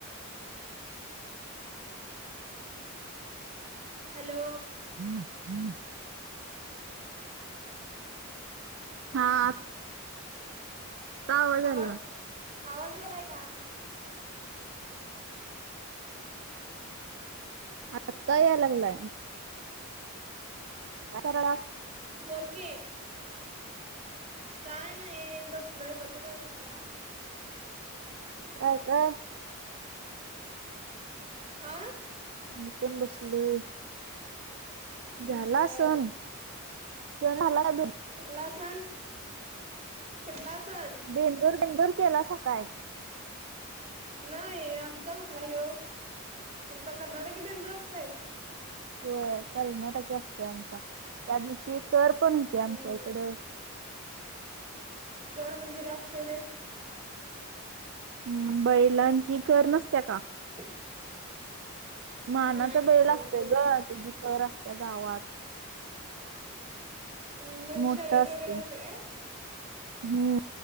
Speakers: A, on the right (about 30°); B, on the right (about 55°).
A: हॅलो
B: <inaudible> हा <inaudible> आत्ता आला
A: आवाज आवाज यालाय काय
B: आत्ता याय लागलाय. काय करायल्यास.
A: बोल की काय नाही बसलोय ब तू काय करायल्यास.
B: काय काय
A: आ
B: मी पण बसलोय.
A: हम्म
B: झाला
A: बर
B: सण.
A: बर
B: सण आलाय बई
A: कुठला सण? कुठला सण?
B: बेंदूर बेंदूर केलासा काय?
A: नाही. आमचा कुठला ह्यो. तुमचा कर्नाटकी बेंदूर असतोय?
B: व्हय कर्नाटक असते आमचा त्या दिवशी कर पण हुते
A: हम्म.
B: आमच्या इकडं.
A: कर म्हणजे काय असतंय ते?
B: हम्म, बैलांची कर नसत्या का?
A: <inaudible>
B: मानाचा
A: नाही माहित
B: बैल
A: बाबा
B: असतय
A: कर.
B: ग त्यजी कर असतिया गावात.
A: हम्म म्हणजे
B: मोठा
A: शर्यत
B: असतंय
A: वगैरे असते काय?
B: हम्म.